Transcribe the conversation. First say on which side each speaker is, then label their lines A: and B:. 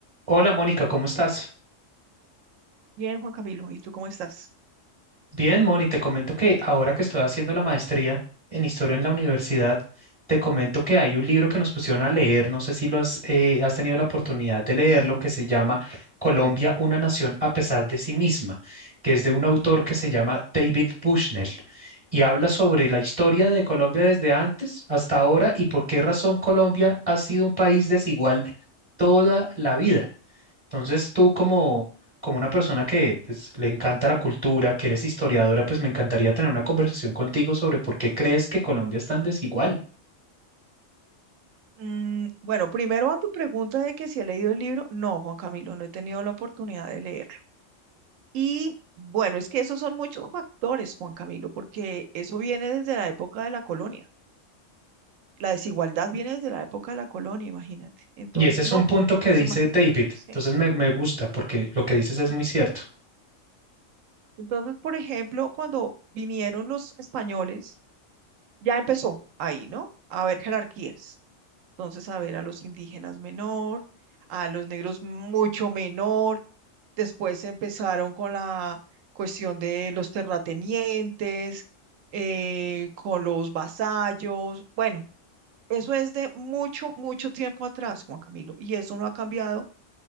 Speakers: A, on the right (about 30°); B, on the right (about 80°).
A: Hola Mónica, ¿cómo estás?
B: Bien, Juan Camilo, ¿y tú cómo estás?
A: Bien, Moni, te comento que ahora que estoy haciendo la maestría en historia en la universidad, te comento que hay un libro que nos pusieron a leer, no sé si lo has, eh, has tenido la oportunidad de leerlo, que se llama Colombia, una nación a pesar de sí misma, que es de un autor que se llama David Bushnell y habla sobre la historia de Colombia desde antes hasta ahora y por qué razón Colombia ha sido un país desigual toda la vida. Entonces tú como, como una persona que pues, le encanta la cultura, que eres historiadora, pues me encantaría tener una conversación contigo sobre por qué crees que Colombia es tan desigual.
B: Mm, bueno, primero a tu pregunta de que si he leído el libro. No, Juan Camilo, no he tenido la oportunidad de leerlo. Y bueno, es que esos son muchos factores, Juan Camilo, porque eso viene desde la época de la colonia. La desigualdad viene desde la época de la colonia, imagínate. Entonces,
A: Y ese es
B: no,
A: un punto que
B: pues
A: dice
B: imagínate.
A: David.
B: Sí.
A: Entonces me, me gusta porque lo que dices es muy cierto.
B: Entonces, por ejemplo, cuando vinieron los españoles, ya empezó ahí, ¿no? A haber jerarquías. Entonces, a ver, a los indígenas menor, a los negros mucho menor. Después empezaron con la cuestión de los terratenientes, eh, con los vasallos. Bueno, eso es de mucho, mucho tiempo atrás, Juan Camilo, y eso no ha cambiado,